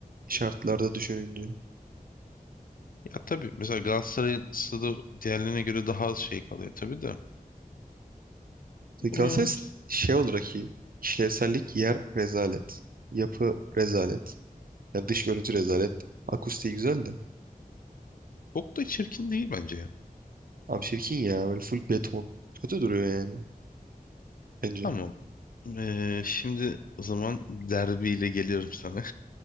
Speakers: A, on the right; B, on the left.
A: şartlarda düşününce.
B: Ya tabii mesela Galatasaray'ın stadı diğerlerine göre daha az şey kalıyor tabii de.
A: Galatasaray
B: Hmm.
A: şey olarak iyi. İşlevsellik yer rezalet. Yapı rezalet. Yani dış görüntü rezalet. Akustiği güzel de.
B: Çok da çirkin değil bence ya.
A: Abi çirkin ya. Böyle full beton. Kötü duruyor yani. Bence.
B: Tamam. Ee, şimdi o zaman derbiyle geliyorum sana.